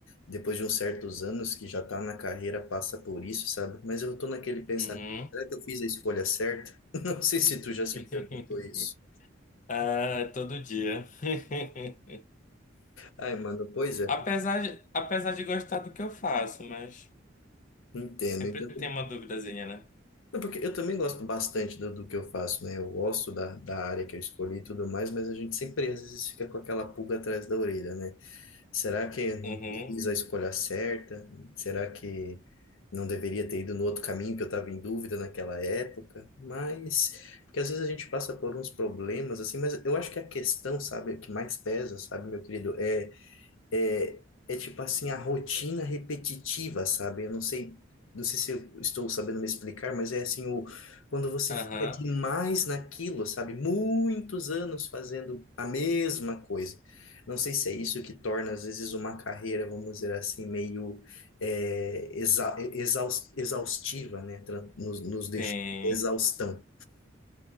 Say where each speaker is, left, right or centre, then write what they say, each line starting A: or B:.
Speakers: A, on the left; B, on the left.
A: Depois de uns certos anos que já tá na carreira, passa por isso, sabe? Mas eu tô naquele pensamento.
B: Uhum.
A: Será que eu fiz a escolha certa? <laughs> Não sei se tu já se
B: <laughs>
A: perguntou isso.
B: Ah, todo dia. <laughs>
A: Ai, mano, pois é,
B: Apesar de, apesar de gostar do que eu faço, mas
A: entendo.
B: sempre
A: entendo.
B: tem uma duvidazinha, né?
A: Não, porque eu também gosto bastante do, do que eu faço, né? Eu gosto da, da área que eu escolhi e tudo mais, mas a gente sempre às vezes fica com aquela pulga atrás da orelha, né? Será que eu
B: Uhum.
A: fiz a escolha certa? Será que não deveria ter ido no outro caminho que eu estava em dúvida naquela época? Mas, porque às vezes a gente passa por uns problemas, assim, mas eu acho que a questão, sabe, que mais pesa, sabe, meu querido, é é, é tipo assim, a rotina repetitiva, sabe? Eu não sei, não sei se eu estou sabendo me explicar, mas é assim, o, quando você
B: Aham.
A: fica demais naquilo, sabe? Muitos anos fazendo a mesma coisa. Não sei se é isso que torna, às vezes, uma carreira, vamos dizer assim, meio é, exa exaus- exaustiva, né? Tra- Nos, nos deixa
B: Sim.
A: exaustão.